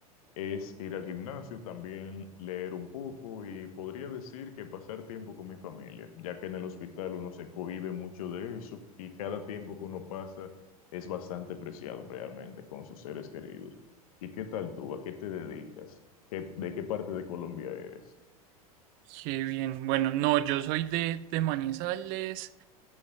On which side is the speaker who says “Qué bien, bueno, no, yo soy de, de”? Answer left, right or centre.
Right